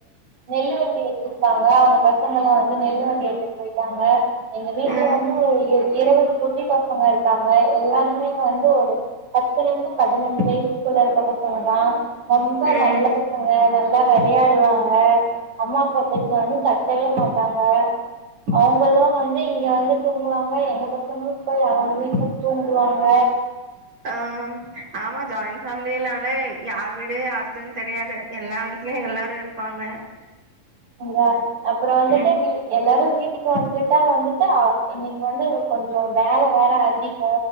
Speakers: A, on the right; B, on the right.
A: நெல்லு வண்டி வச்சிருக்காங்க அவங்க பசங்கள் எல்லாம் வந்து நெல்லு வண்டி எடுத்துட்டு போயிட்டாங்க எங்க வீட்டுல
B: ம்
A: வந்து ஒரு இருபது குட்டி பசங்க இருக்காங்க எல்லாருமே வந்து ஒரு பத்துல இருந்து பதினைஞ்சு வயசுக்குள்ள இருக்க பசங்க தான் ரொம்ப
B: ம்
A: நல்ல பசங்க நல்லா வெளையாடுவாங்க அம்மா அப்பா பேச்ச வந்து தட்டவே மாட்டாங்க அவங்களும் வந்து இங்க வந்து தூங்குவாங்க எங்க பசங்களும் போய் அவங்க வீட்டுல தூங்குவாங்க
B: ஆஹ் ஆமா ஜாயின்் ஃபேமிலினாலே யார் வீடு யார்துன்னு தெரியாது எல்லா வீட்லயும் எல்லாரும் இருப்பாங்க
A: அங்க அப்புறம் வந்துட்டு
B: ம்
A: எல்லாரும் வீட்டு இக்கு வந்துட்டா வந்துட்டா இன்னைக்கு வந்து இ கொஞ்ச வேலை வேற அதிக